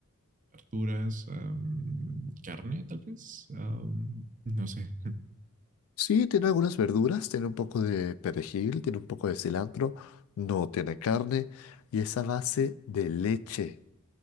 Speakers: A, on the right; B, on the left.
A: Verduras, am, carne, tal vez. am, no sé. <laughs>
B: Sí, tiene algunas verduras, tiene un poco de perejil, tiene un poco de cilantro, no tiene carne y esa base de leche.